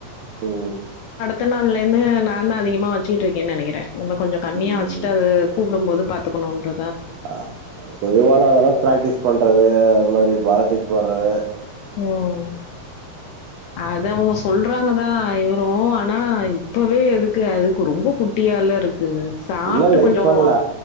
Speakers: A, on the right; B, on the left.
A: ஓ
B: த நாள்லயுமே நா தா அதிகமா வச்சுட்டுருக்கேனு நெனக்கிறே நம்ம கொஞ்சோ கம்மியா
A: ம்.
B: வெச்சுட்டு அது கூப்டு போது பாத்துக்கணுன்ற
A: அ அது கொஞ்சோ நாளவேன பிராக்டிஸ் பண்றது அ மாதிரி வளத்திக்கு போர்றது
B: ம் அத அவுங்க சொல்றாங்கதா இவு ரு ஆனா இப்பவே எதுக்கு அது ரொம்ப குட்டியால இருக்கு சாப்ட்டு
A: இல்லல்ல
B: கொஞ்சோ
A: இப்ப இல்ல